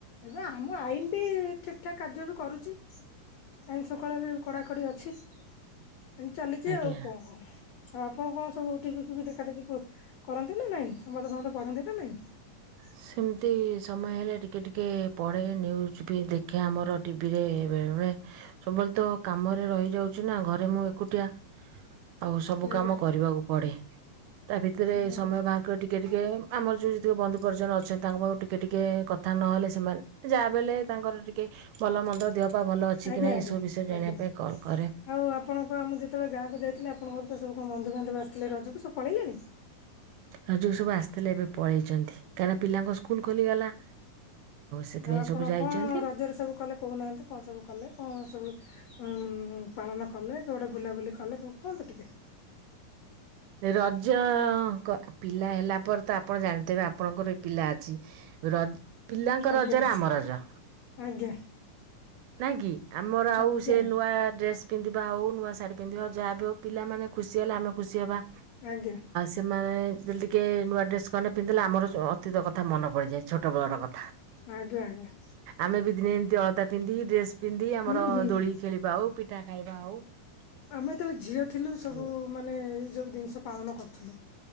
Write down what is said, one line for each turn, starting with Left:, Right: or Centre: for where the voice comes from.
Left: ଏବେ ଆମ ଆଇନ୍ ଠିକ୍ ଠାକ୍ କାର୍ଯ୍ୟ ବି କରୁଚି ଆଇଁସ କଳା ବି କଡାକଡି ଅଛି। ଏମିତି ଚାଲିଚି
Right: ଆଜ୍ଞା।
Left: ଆଉ କଣ କଣ? ଆଉ ଆପଣ କଣ ସବୁ ଟିଭି ଫିଭି ଦେଖା ଦେେଖି କ କରନ୍ତି ନାଇଁ ସମ୍ବାଦ ଫମ୍ବାଦ ପଢନ୍ତି ନା ନାଇଁ? ହ
Right: ସେମିତି ସମୟ ହେଲେ ଟିକେ ଟିକେ ପଢ଼େ ନ୍ୟୁଜ୍ ବି ଦେଖେ ଆମର ଟିଭିରେ ବେଳେବେଳେ। ସବୁବେଳେ ତ କାମରେ ରହିଯାଉଚି ନା ଘରେ ମୁଁ ଏକୁଟିଆ। ଆଉ ସବୁ
Left: ଆଜ୍ଞା।
Right: କାମ କରିବାକୁ ପଡେ ତା ଭିତରେ
Left: ଓହୋ
Right: ସମୟ ବାହାର କରି ଟିକ୍ ଟିକେ ଟିକେ ଆମର ଯୋଉ ଯେତେକ ବନ୍ଧୁ ଵର୍ଜନ ଅଛନ୍ତି ତାଙ୍କ ପାଆକୁ ଟିକେ ଟିକେ କଥା ନହେଲେ ସେମାନେ ଯାହା ବେଲେ ତାଙ୍କର ଟିକ୍ କି ଭଲ ମନ୍ଦ ଦେହ ପାଅ ଭଲ ଅଛି
Left: ଆଜ୍ଞା
Right: କି ନାହିଁ
Left: ଆଜ୍ଞା
Right: ଏସବୁ ବିଷୟରେ ଜାଣିବା
Left: ଆଜ୍ଞା
Right: ପାଇଁ କଲ୍ କରେ।
Left: ଆଉ ଆପଣଙ୍କ ପା ମୁଁ ଯେତେବେଳେ ଗାଁକୁ ଯାଇଥିଲି ଆପଣଙ୍କର ତ ସବୁ କଣ ବନ୍ଧୁବାନ୍ଧବ ଆସିଥିଲେ ରଜକୁ ସବୁ ପଳେଇଲେଣି?
Right: ରଜକୁ ସବୁ ଆସିଥିଲେ ଏବେ ପଳେଇଚନ୍ତି କାହିଁକି ପିଲାଙ୍କ ସ୍କୁଲ ଖୋଲିଗଲା। ସେଥିପାଇଁ
Left: ଆଉ ଆପଣ
Right: ସବୁ ଯାଇଛନ୍ତି
Left: କଣ ରଜରେ ସବୁ କଲେ କହୁନାହାନ୍ତି କଣ ସବୁ କଲେ କଣ ସବୁ ଉଁ ପାଳନ କଲେ କୁଆଡେ ବୁଲାବୁଲି କଲେ ସବୁ କୁହନ୍ତୁ ଟିକେ।
Right: ହ ରଜ କ ପିଲା ହେଲା ପରେ ତ ଆପଣ ଜାଣିଥିବେ ଆପଣଙ୍କର ବି ପିଲା ଅଛି। ରଜ୍ ପିଲାଙ୍କ
Left: ଆଜ୍ଞା।
Right: ରଜରେ ଆମ ରଜ।
Left: ଆଜ୍ଞା
Right: ନାଇଁ କି? ଆମର ଆଉ
Left: ଆଜ୍ଞା
Right: ସେ
Left: ଆଜ୍ଞା
Right: ନୂଆ ଡ୍ରେସ୍ ପିନ୍ଧିବା ହଉ ନୂଆ ଶାଢୀ ପିନ୍ଧିବା ହଉ ଯାହାବି ହଉ ପିଲାମାନେେ ଖୁସି ଖୁସି ହେଲେ ଆମେ ଖୁସି ହବା।
Left: ଆଜ୍ଞା।
Right: ସେମାନେ ଯଦି ଟିକେ ନୂଆ ଡ୍ରେସ୍ ଖଣ୍ଡେ ପିନ୍ଧିଲେ ଆମର ଅତୀତ କଥା ମନେ ପଡ଼ିଯାଏ ଛୋଟବେେଳର କଥା।
Left: ଆଜ୍ଞା ଆଜ୍ଞା।
Right: ଆମେ ବି ଦିନେ ଏମିତି ଅଳଦା ପିନ୍ଧି ଡେସ୍ ପିନ୍ଧି ଆମର
Left: ହୁଁ ହୁଁ
Right: ଦୋଳି
Left: ହୁଁ।
Right: ଖେଳିବା ହଉ ପିଠା ଖାଇବା ହଉ
Left: ଆମେ ଯେତେବେଳେ ଝିଅ ଥିଲୁ ସବୁ ମାନେ ଏଇ ସବୁ ଜିନିଷ ପାଳନ କରୁଥୁଲୁ।